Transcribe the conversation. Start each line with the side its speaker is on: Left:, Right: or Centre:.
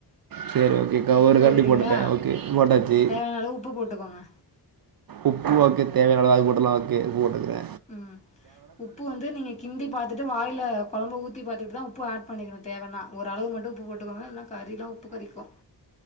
Right: சேரி ஓகே கா ஒரு
Left: போட்டுட்டீங்களா
Right: கரண்டி போட்டுட்ட ஓகே போட்டாச்சு
Left: தேவையான அளவு உப்பு போட்டுக்கோங்க
Right: உப்பு ஓகே தேவையான அளவு அது போட்டுலா ஓகே உப்பு போட்டுக்கிற
Left: ம் உப்பு வந்து நீங்க கிண்டி பாத் துட்டு வாயில்ல கொழம்ப ஊத்தி பாத்துட்டு தா உப்பு ஆட் பண்ணிக்கணும் தேவனா ஒரு அளவு மட்டும் உப்பு போட்டுக்கோங்க இல்னா கறில்லா உப்பு கரிக்கும்